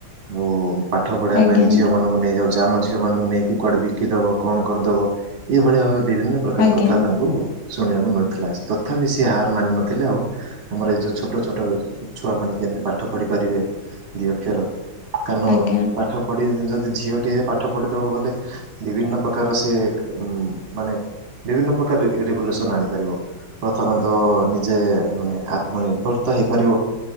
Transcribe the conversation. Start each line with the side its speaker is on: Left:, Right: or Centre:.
Left: <inaudible>
Right: ଆଉ ପାଠ ପଢେଇବା
Left: ଆଜ୍ଞା
Right: ପାଇଁ ଝିଅମାନଙ୍କୁ ନେଇ ଯାଉଛି ଆମ ଝିଅମାନଙ୍କୁ ନେଇକି କୁଆଡେ ବି କି ଦବ କଣ କରିଦବ ଏଇଭଳିଆ ଭାବେ ବିଭିନ୍ନ ପ୍ରକାର
Left: ଆଜ୍ଞା
Right: କଥା ତାଙ୍କୁ ଶୁଣିବାକୁ ମିଳୁଥିଲା ତଥାପି ସିଏ ହାର ମାନିନଥିଲେ ଆଉ ଆମର ଏଇ ଯୋଉ ଛୋଟ ଛୋଟ ଛୁଆ ମାନେ କେମିତି ପାଠ ପଢ଼ି ପାରିବେ ଦି ଅକ୍ଷର କାରଣ
Left: ଆଜ୍ଞା ଆଜ୍ଞା
Right: ପାଠ ପଢ଼ି ଯଦି ଝିଅ ଟିଏ ପାଠ ପଢି଼ଦବ ବୋଲି ବିଭିନ୍ନ ପ୍ରକାରର ସେ ମାନେ ବିଭିନ୍ନ ପ୍ରକାର ରେ ରେଗୁଲେସନ୍ ଆଣିପାରିବ ପ୍ରଥମେ ତ ନିଜେ ମାନେ ଆତ୍ମନିର୍ଭରତା ହେଇପାରିବ